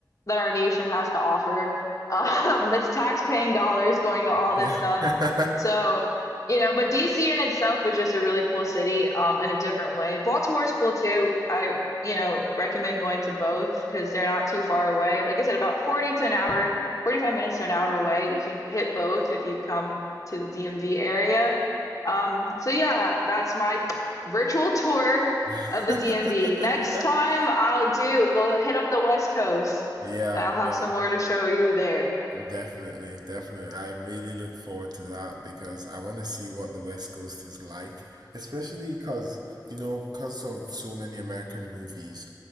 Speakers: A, on the left; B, on the right.
A: that our nation has to offer. Um, <laughs> that's tax-paying dollars going to all
B: Yeah.
A: this stuff. So, you know, but DC in itself is just a really cool city, um, in a different way. Baltimore's cool too. I, you know, recommend going to both because they're not too far away. Like I said, about 40 to an hour 45 minutes to an hour away. You can hit both if you come to the DMV area. Um, so yeah, that's my virtual tour
B: <laughs>
A: of the DMV. Next time I'll do, we'll hit up the West Coast
B: Yeah,
A: and I'll have
B: yeah.
A: some more to show you there.
B: Definitely, definitely. I really look forward to that because I want to see what the West Coast is like, especially because, you know, because of so many American movies,